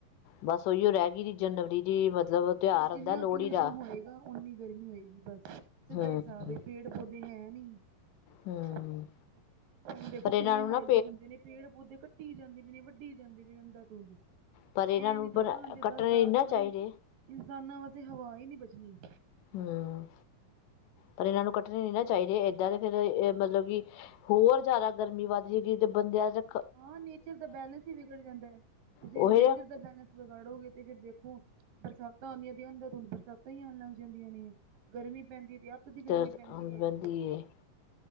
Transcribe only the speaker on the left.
ਬਸ ਉਹੀਓ ਰਹਿ ਗਈ ਜਨਵਰੀ ਦੀ ਮਤਲਬ ਤਿਉਹਾਰ ਆਉਂਦਾ
ਲੋਹੜੀ
ਦਾ
ਹਮ
ਹਮ
ਹਮ
ਪਰ ਇਹਨਾਂ
ਨੂੰ
ਨਾ
ਪਰ ਇਹਨਾਂ ਨੂੰ
ਬਣਾ
ਕੱਟਣੇ
ਨੀ
ਨਾ ਚਾਹੀਦੇ
ਹੁ ਪਰ ਇਹਨਾਂ ਨੂੰ ਕੱਟਣੇ ਨਹੀਂ ਨਾ ਚਾਹੀਦੇ ਏਦਾਂ ਦੇ ਫੇਰ ਇਹ ਮਤਲਬ ਵੀ ਹੋਰ ਜੈਦਾ ਗਰਮੀ ਵੱਧ ਜਾਏਗੀ ਤੇ ਬੰਦਿਆਂ ਦਾ
ਉਹੀ
ਤੇ
ਬੰਦੀ ਹੈ